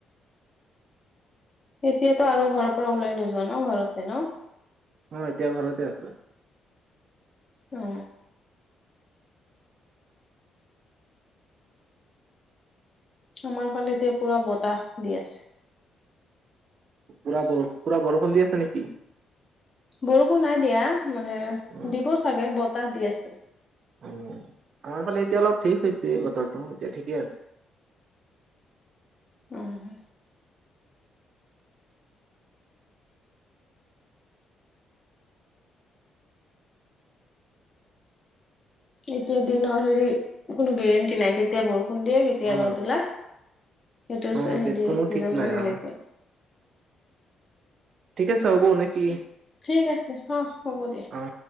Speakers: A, on the left; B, on the right.
A: এতিয়াতো আৰু ঘৰৰ পৰা ওলাই নোযোৱা ন ঘৰতে ন?
B: অ এতিয়া ঘৰতে আছো।
A: অ। আমাৰ ফালে এতিয়া পুৰা বতাহ দি আছে।
B: পুৰা পুৰা বৰষুণ দি আছে নেকি?
A: বৰষুণ নাই দিয়া মানে
B: উ
A: দিব চাগে বতাহ দি আছে।
B: উ আমাৰ ফালে এতিয়া অলপ ঠিক হৈছে বতৰটো এতিয়া ঠিকে আছে।
A: উম। এতিয়া দিনৰ হেৰি কোনো গেৰেণ্টি নাই কেতিয়া বৰষুণ দিয়ে কেতিয়া
B: অ
A: ৰ'দ ওলায়। সেইটো
B: অ
A: হেৰি
B: কোনো
A: ছিজন
B: ঠিক নাই
A: মান
B: অ
A: এনেকুৱাই।
B: ঠিক আছে। হ'ব নেকি
A: ঠিক আছে অ হ'ব দিয়া।
B: অ